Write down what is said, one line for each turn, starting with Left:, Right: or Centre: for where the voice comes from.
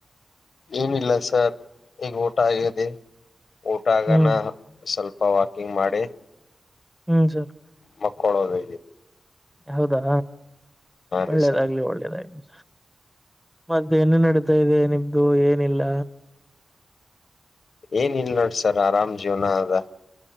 Left: ಏನಿಲ್ಲ ಸರ್ ಈಗ ಓಟ ಆಗದೆ ಓಟ ಆಗಾನ
Centre: ಹ್ಮ್
Left: ಸ್ವಲ್ಪ ಅಪ್ಪ ವಾಕಿಂಗ್ ಮಾಡಿ
Centre: ಹ್ಮ್ ಸರ್
Left: ಮಕ್ಕಳೋದ
Centre: ಹೌದಾ ಒಳ್ಳೇದಾಗ್ಲಿ
Left: ರೀ ಸರ್
Centre: ಒಳ್ಳೇದಾಗ್ಲಿ ಮತ್ತೆನ್ನು ನಡೀತಾ ಇದೆ ನಿಮ್ದು ಏನಿಲ್ಲ
Left: ಏನ್ ಇಲ್ ನೋಡಸರ್ ಆರಾಮ್ ಜೀವನ ಅದ